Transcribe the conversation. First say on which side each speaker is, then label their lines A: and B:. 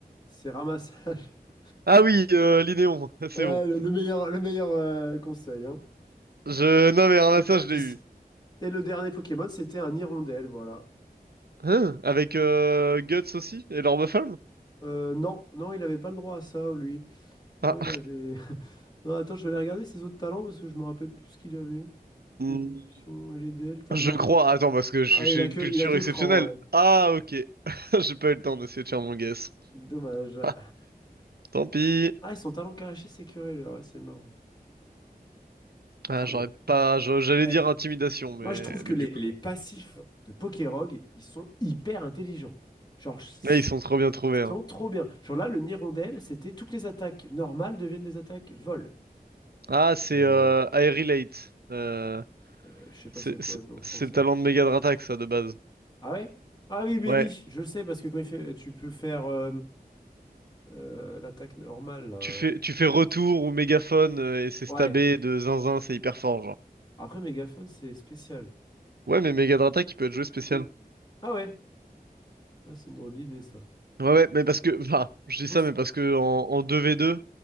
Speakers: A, on the left (about 25°); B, on the right (about 80°).
A: c'est ramassage. <laughs>
B: Ah oui, euh, Linéon, <laughs> c'est
A: Ouais,
B: bon.
A: le, le meilleur, le meilleur euh, conseil, hein.
B: Je... Non mais alors
A: Meilleur
B: là, ça, je
A: indice.
B: l'ai eu.
A: Et le dernier Pokémon, c'était un hirondelle, voilà.
B: Hein? Avec euh, Guts aussi? Et l'Orbe-Flamme?
A: Euh, non, non, il avait pas le droit à ça, lui.
B: Ah,
A: Non, il avait. <laughs> Non, attends, je vais aller regarder ses autres talents parce que je me rappelle plus ce qu'il avait.
B: hmm,
A: Évolution, LDL, talent.
B: je crois. Attends, parce que j'ai
A: Ah,
B: j'ai
A: il a
B: une
A: que,
B: culture
A: il a que
B: exceptionnelle.
A: cran, ouais.
B: Ah, ok. <laughs> J'ai pas eu le temps d'essayer de faire mon guess.
A: Dommage.
B: Ah, tant pis.
A: Ah, et son talent caché, c'est Curéleur, hein, c'est marrant.
B: Ah,
A: Ah,
B: j'aurais
A: mais.
B: pas... je- J'allais
A: Eh,
B: dire intimidation, mais...
A: moi, je trouve que
B: mais
A: les,
B: du coup...
A: les
B: non.
A: passifs de Pokérog, ils sont hyper intelligents. Genre, je-
B: Là, ils sont trop bien trouvés,
A: Ils
B: hein.
A: sont trop bien. Genre là, le Nirondelle, c'était toutes les attaques normales deviennent des attaques vol.
B: Ah, c'est
A: Euh,
B: euh, I Relate. Euh,
A: euh, je sais pas
B: C'est
A: c'est quoi
B: c'est-
A: le nom français.
B: c'est le talent
A: attends.
B: de Megadratax, ça, de base.
A: Ah ouais? Ah oui, mais
B: Ouais,
A: oui, je le sais parce que quand il fait, tu peux faire euh, euh, l'attaque normale là.
B: tu fais, tu fais retour ou mégaphone euh, et c'est
A: Ouais.
B: stabé de zinzin, c'est hyper fort, genre.
A: Après, mégaphone, c'est spécial.
B: Ouais, mais Megadratax, il peut être joué spécial.
A: Ah ouais? Ah, c'est une drôle d'idée ça.
B: Ouais, ouais, mais parce que, bah, je dis
A: Pouce-
B: ça, mais parce que en, en 2v2,